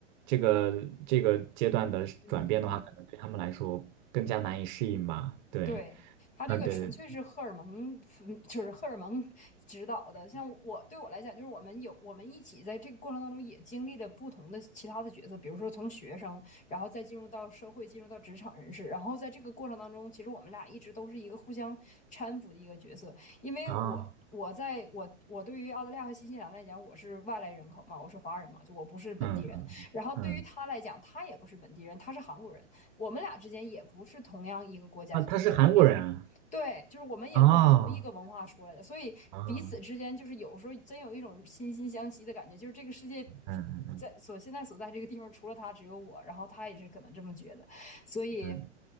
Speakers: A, on the right (about 40°); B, on the left (about 20°).
A: 这个这个阶段的转变的话，
B: 嗯嗯。
A: 可能对他们来说更加难以适应吧。对，
B: 对，他这个纯粹是荷尔蒙，
A: 嗯，对对，
B: 嗯就是荷尔蒙 <laughs> 指导的。像我对我来讲，就是我们有我们一起在这个过程当中也经历了不同的其他的角色，比如说从学生，然后再进入到社会，进入到职场人士，然后在这个过程当中，其实我们俩一直都是一个互相搀扶的一个角色。因为我我在我我对于澳大利亚和新西兰来讲，
A: 啊、
B: 我是外来人口嘛，我是华人嘛，就我不是本地人。
A: 嗯嗯嗯，
B: 然后对于他来讲，他也不是本地人，他是韩国人。我们俩之间也不是同样一个国家，
A: 啊，
B: 就同有同样
A: 他是韩国人啊。
B: 对，就是我们也不是同一个文化出来的，
A: 哦
B: 所以彼此之间就是有时候真有一种惺惺相惜的感觉，
A: 啊，
B: 就是这个世界
A: 嗯
B: 在所现在所在这个地方，除了他只有我，然后他也是可能这么觉得，所以
A: 嗯，